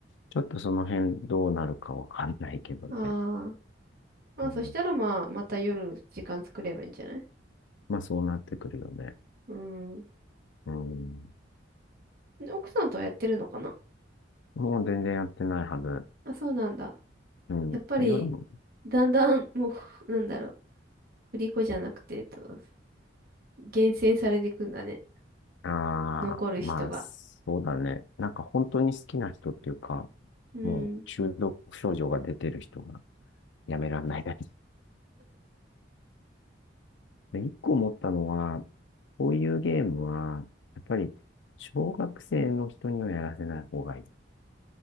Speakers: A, on the left; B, on the right.
A: ちょっとその辺どうなるかわかんないけどね。
B: ん。ああ。まあそしたらまあ、
A: うん、
B: また夜時間作ればいいんじゃない
A: まあそうなってくるよね。
B: うん。
A: うん、
B: 奥さんとはやってるのかな
A: もう全然やってないはず。
B: あ、そうなんだ。
A: うん、
B: やっぱり、
A: 夜も、
B: だんだん、もうふ、なんだろう。振り子じゃなくて、えっと、厳選されていくんだね。
A: ああ、
B: 残る人が。
A: まあそうだね。なんか本当に好きな人っていうか、
B: うん。
A: もう中毒症状が出てる人がやめらんないだけ。で、一個思ったのは、こういうゲームは、やっぱり、小学生の人にはやらせない方がいい。